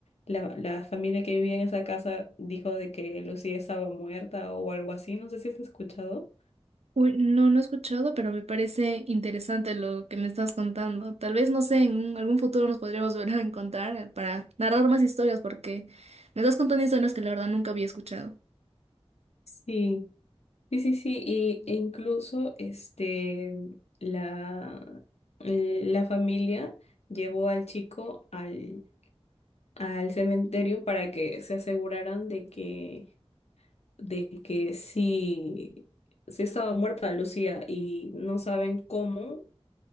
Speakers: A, on the left; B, on the right.
A: la, la familia que vivía en esa casa dijo de que Lucía estaba muerta o algo así, no sé si has escuchado.
B: Uy, no, no he escuchado, pero me parece interesante lo que me estás contando. Tal vez, no sé, en un- algún futuro nos podríamos <laughs> volver a encontrar eh, para narrar más historias, porque me estás contando historias que la verdad nunca había escuchado.
A: Sí. Sí, sí, sí, y, e incluso este, la, la familia llevó al chico al, al cementerio para que se aseguraran de que, de que sí, sí estaba muerta Lucía y no saben cómo,